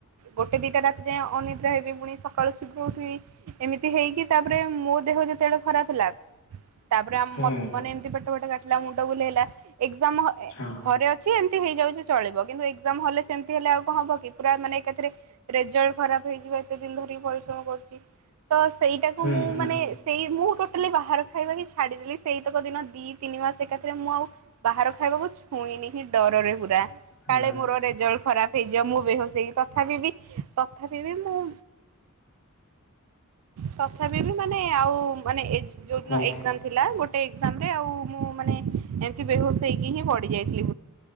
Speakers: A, on the right; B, on the left.
A: ଗୋଟେ ଦିଟା ରାତି ଯାଏଁ ଅ ଅନିଦ୍ରା ହେବ ପୁଣି ସକାଳୁ ଶୀଘ୍ର ଉଠିବି ଏମିତି ହେଇକି ତାପରେ ମୋ ଦେହ ଯେତେଳେ ଖରାପ ଥିଲା ତାପରେ
B: ହୁଁ
A: ମାନେ ଏମିତି ପେଟ ପଟ କା ମୁଣ୍ଡବୁଲେଈଲା ଏକ୍ସ ଏ
B: ହଁ
A: ଘରେ ହେଇଯାଉ ଚଳିବ କିନ୍ତୁ ଏକଜାମ ହଲରେ ସେମତି ହେଲେ ଆଉ କଣ ହବ କି ପୁରା ମାନେ ଏକରେଲଟ ଖରାପ ହେଇ ଏତେ ଦିନ ଧରିକି ପରିଶ୍ରମ କରୁଛି ତ ସେଇଟାକୁ
B: ହୁଁ
A: ମୁଁ
B: ହୁଁ
A: ମାନେ ସେଇ ମୁଁ ହେଲେ ବାହାର ଖାଇବାକ ଛାଡିଦେଲି ସେଇତକ ଦିନ ଦିଇ ତିନି ମାସ ଏକା ରେ ମୁଁ ଆଉ ବାହାର ଖାଇବାକୁ ଛୁଇଁନି। ଡରରେ। ପ
B: ହଁ
A: କାଳେ ମୋର ରେଜଲ୍ଟ ଖରାପ ହେଇଯିବ ମୁଁ ବେହୋସ ହେଇ ତଥାବି ତଥାବି ମୁଁ ତଥାପ ବି ମାନେ ଆଉ ମାନେ ଏ ଯୋଉ
B: ମୁଁ
A: ଏକ୍ସଯାମ ଥିଲା ଗୋଟେ ଏକ୍ସଯାମ ରେ ଆଉ ମୁଁ ମାନେ ଏମିତି ବେହୋସ ହେଇକି ହିଁ ବଡିି ଯାଇଥିଲି।